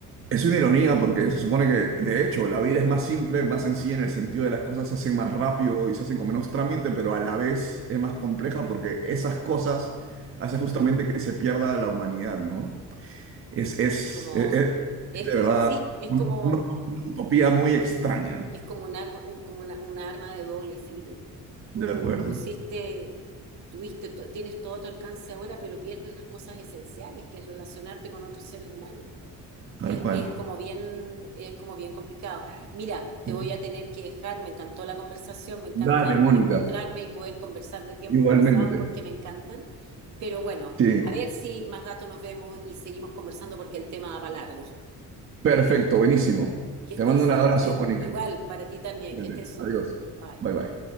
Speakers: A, on the right; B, on the right.
A: Es una ironía porque se supone que, de hecho, la vida es más simple, más sencilla en el sentido de las cosas se hacen más rápido y se hacen con menos trámite, pero a la vez es más compleja porque esas cosas hacen justamente que se pierda la humanidad, ¿no? Es, es,
B: Es como,
A: es, es-
B: es,
A: es de
B: que-
A: verdad
B: sí, es
A: una,
B: como
A: una- una utopía muy extraña.
B: es como un arma, un- como una, una arma de doble filo. Tú
A: De acuerdo,
B: usiste, tuviste, to- tienes todo a tu alcance ahora, pero pierdes las cosas esenciales, que es relacionarte con otros seres humanos.
A: tal
B: Es,
A: cual.
B: es como bien, es como bien complicado. Mira, te
A: Sí.
B: voy a tener que dejar, me encantó la conversación, me encanta
A: Dale, Mónica,
B: encontrarme y poder conversar de tiempos
A: igualmente.
B: pasados porque me encantan, pero bueno,
A: Sí,
B: a ver si más rato nos vemos y seguimos conversando porque el tema da para largo.
A: perfecto, buenísimo.
B: Que estés
A: Te mando un abrazo,
B: súper,
A: Mónica.
B: igual para ti también,
A: Cuídate.
B: que estés súper.
A: Adiós.
B: Bye.
A: Bye bye.